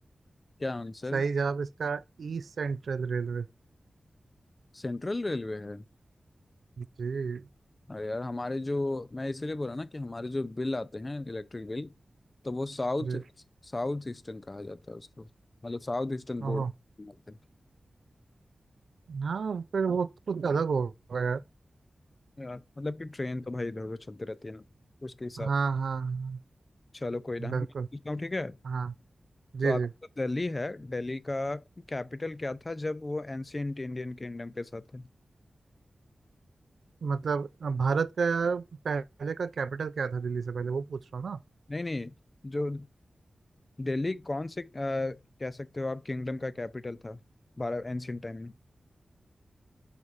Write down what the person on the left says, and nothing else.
क्या आंसर
सेंट्रल रेलवे है
अरे यार हमारे जो मैं इसलिए बोला ना कि हमारे जो बिल आते हैं इलेक्ट्रिक बिल तो वो साउथ
साउथ ईस्टर्न कहा जाता है उसको मतलब साउथ ईस्टर्न
बोर्ड आते हैं
यार, मतलब कि ट्रेन तो भाई इधर उधर चलती रहती है ना उसके हिसाब
से।
चलो कोई ना
मैं पूछता हूँ ठीक है
तो आपका
तो दिल्ली है दिल्ली का कैपिटल क्या था जब वो एंशियंट इंडियन किंगडम के साथ थे
नहीं नहीं जो दिल्ली कौन से अ, कह सकते हो आप किंगडम का कैपिटल था भारत एंशियंट टाइम में